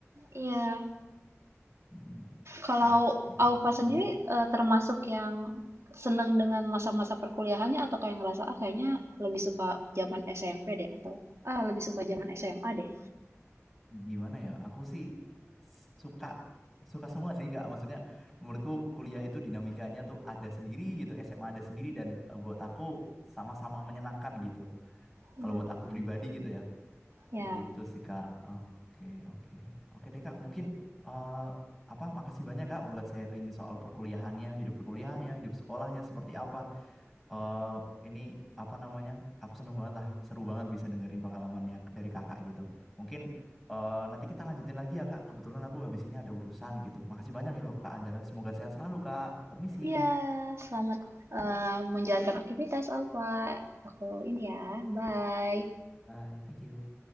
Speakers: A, on the right; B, in the centre.
A: Iya,
B: Mm,
A: Kalau
B: Oke.
A: Aufa
B: Mm,
A: sendiri eh, termasuk yang senang dengan masa-masa perkuliahannya atau kayak ngerasa ah kayaknya lebih suka zaman SMP deh atau ah lebih suka zaman SMA deh.
B: Gimana ya? Aku sih suka suka semua sih, Kak. Maksudnya menurutku kuliah itu dinamikanya tuh ada sendiri gitu, SMA ada sendiri dan eh, buat aku sama-sama menyenangkan gitu.
A: Hmm,
B: Kalau buat aku pribadi gitu ya.
A: ya,
B: Kayak gitu sih Kak. Oke, oke. Oke deh Kak, mungkin eh apa makasih banyak Kak buat sharing soal perkuliahannya, hidup perkuliahannya, hidup sekolahnya seperti apa. Eh ini apa namanya? Aku seneng banget lah, seru banget bisa dengerin pengalamannya dari Kakak gitu. Mungkin eh nanti kita lanjutin lagi ya Kak. Kebetulan aku habis ini ada urusan gitu. Makasih banyak ya loh Kak Andara. Semoga sehat selalu Kak. Permisi.
A: ya selamat eh, menjalankan aktivitas Aufa. Aku ini ya, bye.
B: Bye, thank you.